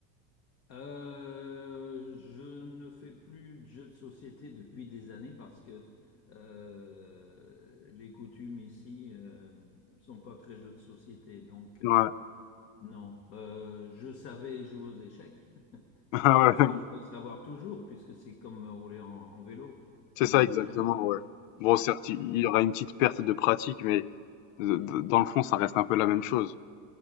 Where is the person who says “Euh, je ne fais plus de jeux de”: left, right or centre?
Left